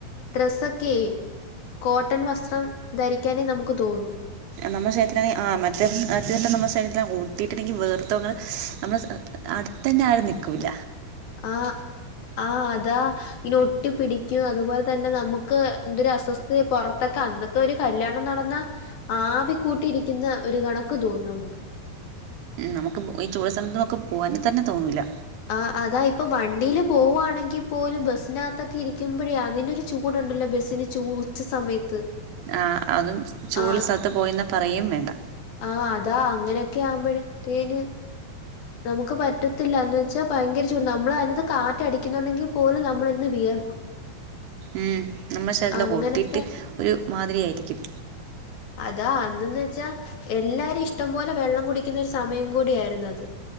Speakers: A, on the left; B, on the right.
A: ഡ്രസ്സൊക്കെ കോട്ടൺ വസ്ത്രം ധരിക്കാനേ നമുക്ക് തോന്നും.
B: നമ്മടെ ശരീരത്തിനാണെിൽ ആ മറ്റെ അ മറ്റെ നമ്മുടെ ശരീരത്തിന് ഒട്ടിയിട്ടുണ്ടെങ്കി വേർത്തും അങ്ങൾ നമ്മൾ <unintelligible> തന്നെ ആൾ നിൽക്കൂല.
A: ആഹ് ആഹ് അതാ ഇനി ഒട്ടി പിടിക്ക്യും. അതുപോലെ തന്നെ നമുക്ക് എന്തൊരു അസ്വസ്ഥതയെ പൊറത്തൊക്കെ അന്ന് ഒരു കല്യാണം നടന്ന ആവി കൂട്ടി ഇരിക്കുന്ന ഒരു കണക്ക് തോന്നുന്നു നമുക്ക്.
B: നമുക്ക് ഈ <unintelligible> ചോട് സമയത്ത് നമുക്ക് പോകാൻ തന്നെ തോന്നൂല്ല.
A: ആ അതാ ഇപ്പൊ വണ്ടീല് പോവാണെങ്കി പോലും ബസ്സിനകത്തൊക്കെ ഇരിക്കുമ്പെഴേ അതിന് ഒരു ചൂടുണ്ടല്ലോ ബെസ്സിന്. ചൂ ഉച്ച സമയത്ത്.
B: ആഹ് അതും ചൂടുള്ള
A: ആഹ്
B: സ്ഥലത്ത് പോയ് വെന്ന പറയുകയും വേണ്ട
A: ആഹ് അതാ അങ്ങനെയൊക്കെ ആവുമ്പഴത്തേനും നമുക്ക് പറ്റത്തില്ല എന്ന് വെച്ചാ ഭയങ്കര ചൂട് നമ്മള് അതിനാത്ത് കാറ്റ് അടിക്കുന്നുണ്ടെങ്കി അതു പോലെ നമ്മളിന്ന് വിയർക്കും
B: ഉം നമ്മളെ ശരീരെല്ലാം
A: അങ്ങനത്തെ
B: ഒട്ടിയിട്ട് ഒരു മാതിരിയായിരിക്കും
A: അതാ അന്ന്ന്ന് വെച്ചാ എല്ലാരും ഇഷ്ടം പോലെ വെള്ളം കുടിക്കുന്ന ഒരു സമയം കൂടി ആയിരുന്നു അത്